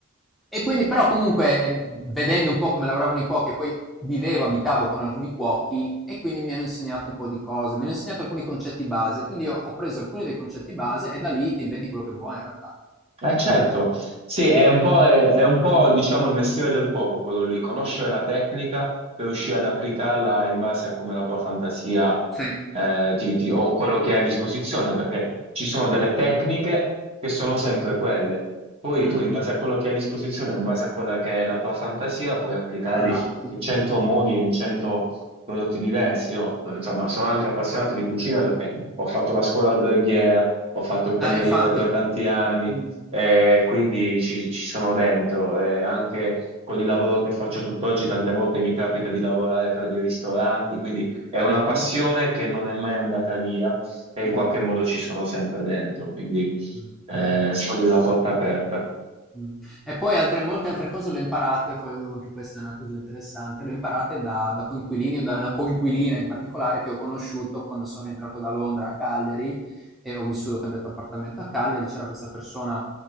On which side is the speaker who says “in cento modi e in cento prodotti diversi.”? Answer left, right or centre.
Right